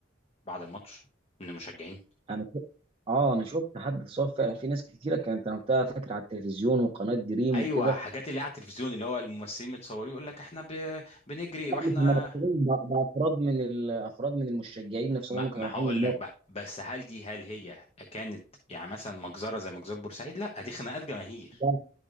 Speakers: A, on the left; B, on the right.
A: بعد الماتش من المشجعين
B: انا شفت- اه انا شفت حد اتصاب فعلا في ناس كتيره كانت انا وقتها فاكر على التلفزيون وقناه دريم
A: ايوه
B: وكده
A: حاجات اللي على التلفزيون اللي هو الممثلين متصورين يقول لك احنا ب... بنجري
B: لا
A: واحنا
B: مش المنافسين ده, ده افراد من ال- افراد من المشجعين نفسهم
A: ما
B: اللي كانوا
A: ما
B: رايحين
A: هقول
B: من الماتش
A: لك بقى بس هل دي هل هي كانت يعني مثلا مجزره زي مجزره بورسعيد لا دي خناقات جماهير
B: ده،